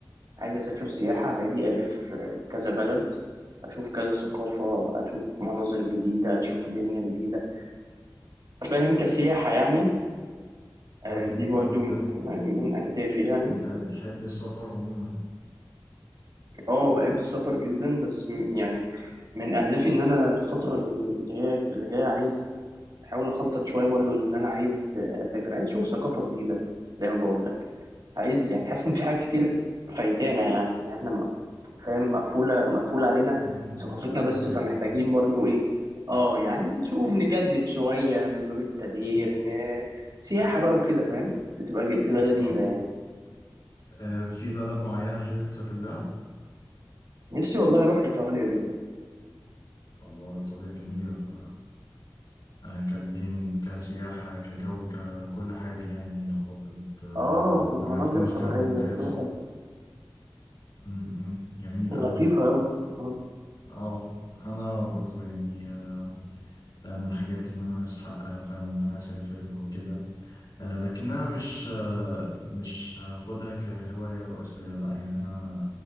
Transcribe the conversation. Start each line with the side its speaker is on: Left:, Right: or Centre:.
Right: عايز أسافر سياحة عادي ألف آه، كذا بلد أشوف كذا ثقافة أشوف مناظر جديدة أشوف دنيا جديدة فاهم كسياحة يعني آه،
Left: هو جميل
Right: دي برضو
Left: قوي ده
Right: من
Left: يعني
Right: من أهدافي يعني
Left: انت بتحب السفر عموما
Right: اه بحب السفر جدا بس م- يعني من أهدافي إن أنا الفترة اللي هي اللي جاية عايز بحاول أخطط شوية برضو لأن أنا عايز آه، أسافر عايز أشوف ثقافة جديدة زي ما بقول لك عايز يعني حاسس إن في حاجات كتير فايتانا يعني إن إحنا فاهم مقفولة مقفول علينا
Left: م- م-
Right: ثقافتنا
Left: م. ايوه
Right: بس
Left: فاهمك
Right: فمحتاجين
Left: آه.
Right: برضو ايه اه يعني نشوف نجدد شوية من باب التغيير ن... سياحة بقى وكده فاهم بتبقى بتبقى لذيذة
Left: طب
Right: يعني
Left: آه، في بلد معينة حابب تسافر لها
Right: نفسي والله اروح ايطاليا جدا
Left: الله ايطاليا جميلة ف آه، كبلين كسياحة كجو ككل حاجة يعني أعتقد آه،
Right: اه
Left: إيطاليا
Right: ومناظر
Left: هتكون اختيار
Right: طبيعية
Left: ممتاز
Right: وكل حاجة
Left: م- م. جميل
Right: لطيفة
Left: قوي ده
Right: أوي م.
Left: اه انا برضو يعني آه، آه، من الحاجات ان انا نفسي احققها فعلا ان انا اسافر وكده آه، لكنها مش آه، مش هاخدها كهواية رئيسية لا يعني انا